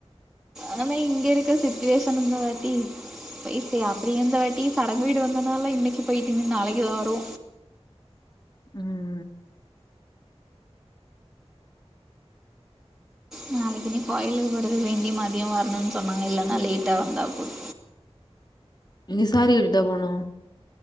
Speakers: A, in the centre; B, on the left.
A: ஆன இங்க இருக்கற சிச்சுவேஷன் இந்த வாட்டி பய் சே அப்டியே இந்த வாட்டி சடங்கு வீடு வந்ததுனால இன்னைக்கு பொய்ட்டு இனிமே நாளைக்கு தான் வரு
B: ம்
A: நாளைக்குனே கோயிலுக்கு போறதுக்கு வேண்டிய மதியோ வரணுன்னு சொன்னாங்க இல்லன்னா லேட்டா வந்தா போது
B: இங்க சாரி கட்டிட்டா போனு